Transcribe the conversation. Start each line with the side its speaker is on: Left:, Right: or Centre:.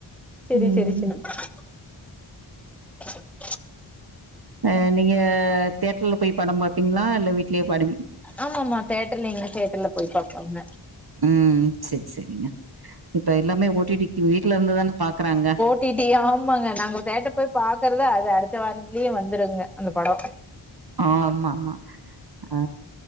Centre: செரி
Right: உம்
Centre: செரி <inaudible>
Right: ஆ நீங்க தேட்டர்ல போய் படோ பாப்பீங்களா இல்ல வீட்லேயே பாட
Centre: ஆமா ஆமா தேட்டர்ல எங்க தேட்டர்ல போய் பாப்போங்க
Right: உம் செரி செரிங்க இப்ப எல்லாமே ஓட்டிட்டிடுக்கு வீட்டுல இருந்துதானே பாக்குறாங்க
Centre: ஓட்டிட்டி ஆமாங்க நாங்க தேட்டர்ல போய் பாக்குறதா அத அடுத்த வாரத்துலயே வந்துருங்க அந்த படோ
Right: ஆ ஆமா ஆமா ஆ